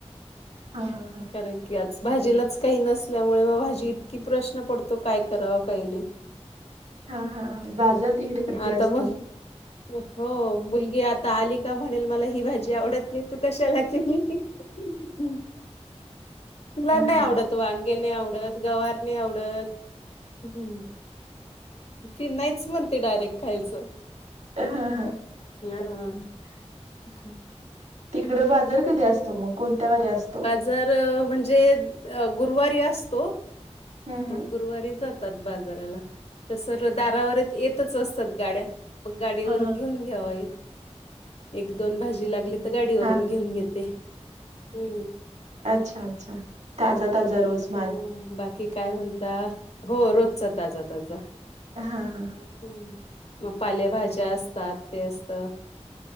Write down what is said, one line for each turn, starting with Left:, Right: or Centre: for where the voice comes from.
Right: हा हा हा.
Left: कारण की, आज भाजीलाच काही नसल्यामुळे, मग भाजी इतकी प्रश्न पडतो काय करावा काही नाही.
Right: हा हा हा. बाजार तिकडे कधी
Left: आता
Right: असतो?
Left: म्हण हो. मुलगी आता आली का म्हणेल, मला ही भाजी आवडत नाही तू कशाला केली. <unintelligible> तिला
Right: हा
Left: नाही
Right: हा.
Left: आवडत. वांगे नाही आवडत, गवार नाही आवडत, <inaudible> हं <inaudible> ती नाहीच म्हणते डायरेक्ट खायचं. <inaudible>
Right: हा हा.
Left: हा हं <inaudible>
Right: तिकडं बाजार कधी असतो? मग, कोणत्या वारी असतो?
Left: जर म्हणजे, अ गुरुवारी असतो.
Right: हम्म
Left: मग
Right: हम्म.
Left: गुरुवारी जातात बाजाराला. तसं दारावर येतच असतात गाड्या. मग गाडीवर
Right: हा हा
Left: घेऊन घ्यावा एक. <inaudible> एक, दोन भाजी लागली गाडीवरून
Right: हा
Left: घेऊन घेते. हम्म
Right: अच्छा! अच्छा! ताजा ताजा रोज माल.
Left: हा बाकी काय म्हणता? हो, रोजचा ताजा ताजा.
Right: हा हा
Left: ह मग, पालेभाज्या असतात ते असतं.